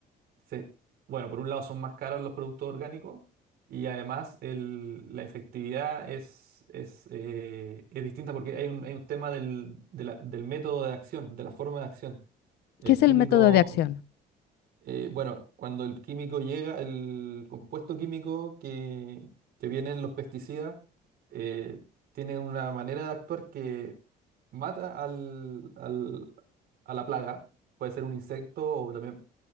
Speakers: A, on the right (about 65°); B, on the left (about 75°).
A: se- bueno, por un lado son más caros los productos orgánicos y además el- la efectividad es, es, eh, es distinta porque hay un, hay un tema del, de la- del método de acción, de la forma de acción. El
B: ¿Qué es
A: químico,
B: el método de acción?
A: eh, bueno, cuando el químico llega, el compuesto químico que, que viene en los pesticidas, eh, tiene una manera de actuar que mata al, al- a la plaga. Puede ser un insecto o también